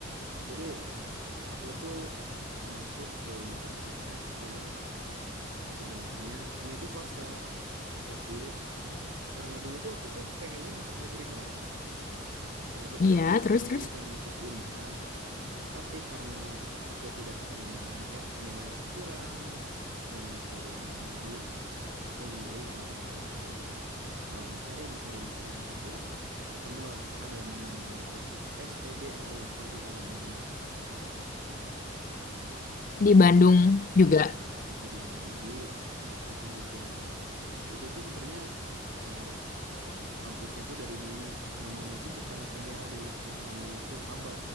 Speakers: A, on the right (about 60°); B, on the left (about 40°).
A: Jadi, aku tuh masuk ke universitas yang sebenarnya ini tuh swasta, tapi karena dulu tuh aku tuh pengennya masuk negeri kan. Aku tuh pengennya
B: Iya,
A: masuk
B: terus-terus.
A: negeri, pengen masuk Unpad, Tapi karena aku tidak keterima ya nilaiku kurang dan lain sebagainya. Jadi aku memilih alternatif lain. Setelah mencari, mencari, mencari, mencari, ketemulah ada namanya Universitas STBA Yapari Aba Bandung.
B: Di
A: Itu
B: Bandung juga.
A: iya, itu di Bandung di terletaknya di Ciamplas. Itu tuh sebenarnya eh, kampusnya tuh dari dulu namanya itu bukan STBA dulu tuh, namanya tuh ABA.